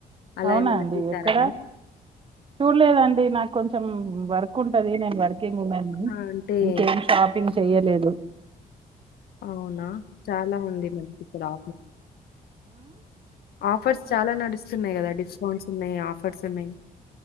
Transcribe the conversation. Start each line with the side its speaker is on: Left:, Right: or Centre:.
Left: అలా
Right: అవునా
Left: ఏమన్నా
Right: అండి
Left: చూసారా
Right: ఎక్కడా
Left: మేడం?
Right: చూడలేదండి నాకు కొంచెం వర్క్ ఉంటది నేను వర్క్ చేస్తున్నాను
Left: ఆ! అంటే
Right: ఇంకేం షాపింగ్ చేయలేదు
Left: అవునా చాలా ఉంది మనకి ఇక్కడ ఆ ఆఫర్స్ చాలా నడుస్తున్నాయి కదా డిస్కౌంట్స్ ఉన్నాయి ఆఫర్స్ ఉన్నాయి